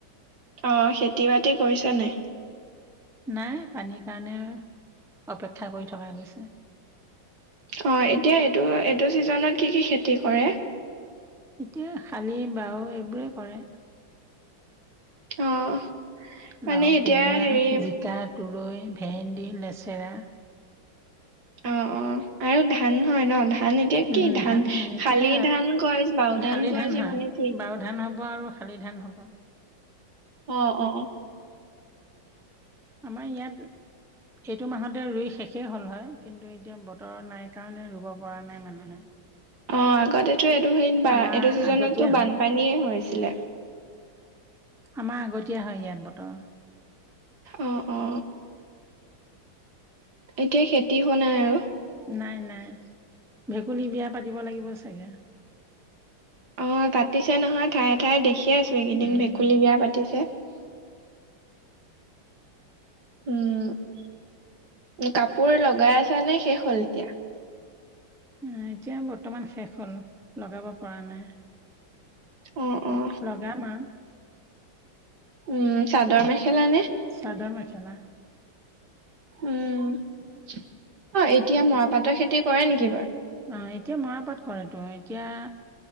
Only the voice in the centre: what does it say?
নাই, পানী কাৰণে অপেক্ষা কৰি থকা গৈছে।
এতিয়া শালী, বাও এইবোৰে কৰে।
লাও
কোমোৰা
জিকা, তুৰৈ, ভেন্দি, লেচেৰা।
উম
হয় এতিয়া
শালি
হয়
বাও ধান হ'ব আৰু শালি ধান হ'ব।
আমাৰ ইয়াত, এইটো মাহতে ৰুই শেষেই হ'ল হয়। কিন্তু এতিয়া বতৰ নাই কাৰণে ৰুব পৰা নাই, মানুহে।
আমাৰ
আগতীয়া
হয়
আমাৰ আগতীয়া হয়, ইয়াত বতৰ।
নাই নাই, ভেকুলী বিয়া পাতিব লাগিব চাগে
উম
আ, এতিয়া বৰ্তমান শেষ হ'ল, লগাব পৰা নাই।
লগাম‌ আৰু।
চাদৰ মেখেলা।
অ' এতিয়া মৰাপাট কৰেতো, এতিয়া